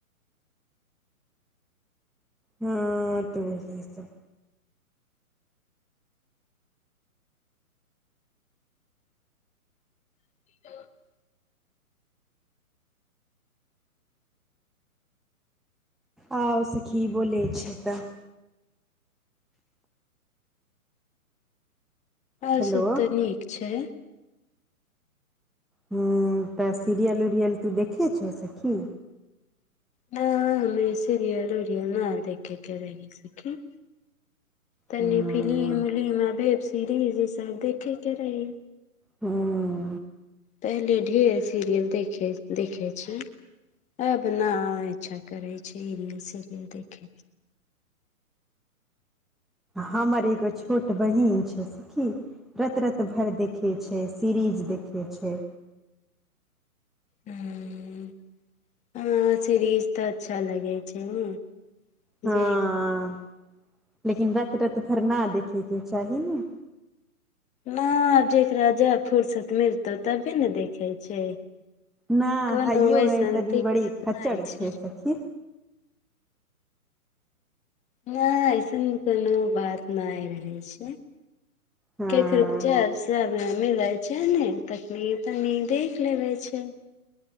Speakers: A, in the centre; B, on the left.
A: ह तऽ वही सब
B: <inaudible>
A: आउ सखी बोलै छै तऽ
B: आउ
A: हेलो
B: सब तऽ निक छै।
A: हूँ तऽ सीरियल उरियल तू देखी छै सेखी।
B: न हमे सिरियल उरियल न देखे के रही सखी। तनी
A: हूँ
B: फिलि्म उलिम आ वेब सीरीज इसब देखेके रही।
A: ओ।
B: पहले ढेर सीरियल देखे देखे छी अब ना इच्छा करे छै हिन्दी सीरियल देखे
A: हमर एगो छोट बहीन छै सखी। रैत रैत भरि देखै छै सीरीज देखै छै।
B: ह हँ ओना सिरीज त अच्छा लगै छै ने।
A: हँ
B: जे
A: लेकिन रैत रैत भर ना देखेके चाही ने।
B: ना जकरा जब फुर्सत मिलतौ तबे ने देखै छै।
A: ना
B: कोनो
A: हइयो
B: अइसन
A: है तनी
B: दिक्कत
A: बड़ी खच्चड़
B: नहि छै।
A: सखी
B: ना ऐसन कोनो बात नहि रहै छै।
A: हँ
B: केकरो <unintelligible> मिलय छै ने तखनी तनी देख लेबे छै।